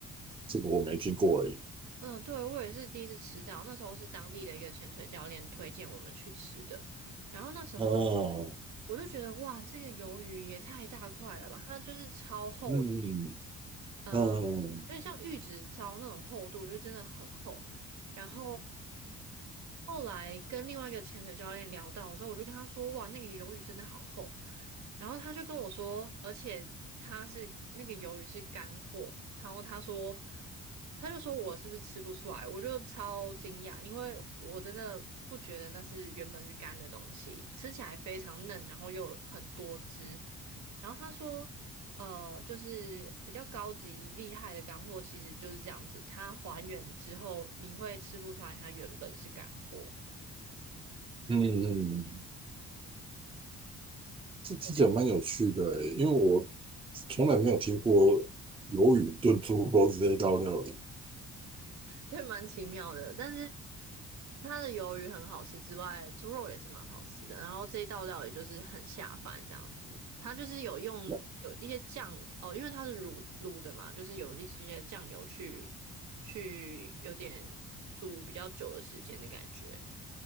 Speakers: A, on the right; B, on the right.
A: 这个我没听过诶。
B: 嗯，对，我也是第一次吃到，那时候是当地的一个潜水教练推荐我们去吃的，然后那时候
A: 啊
B: 我就觉得哇，这个鱿鱼也太大块了吧，它就是超厚的。
A: 嗯
B: 嗯、
A: 嗯，
B: 呃，有点像玉子烧那种厚度，
A: <laughs>
B: 就真的很厚。然后后来跟另外一个潜水教练聊到的时候，我就跟他说：“哇，那个鱿鱼真的好厚。”然后他就跟我说，而且他是那个鱿鱼是干货，然后他说，他就说我是不是吃不出来？我就超惊讶，因为我真的不觉得那是原本是干的东西，吃起来非常嫩，然后又有很多汁。然后他说，呃，就是比较高级厉害的干货，其实就是这样子，它还原之后，你会吃不出来它原本是干货，
A: 嗯，这这讲蛮有趣的欸因为我
B: 对，
A: 从来没有听过鱿鱼炖猪肉这一道料理。
B: 所以蛮奇妙的。但是它的鱿鱼很好吃之外，猪肉也是蛮好吃的。然后这一道料也就是很下饭这样子，它就是有用有一些酱哦，
A: 那
B: 因为它是卤卤的嘛，就是有一些酱油去去有点煮比较久的时间的感觉。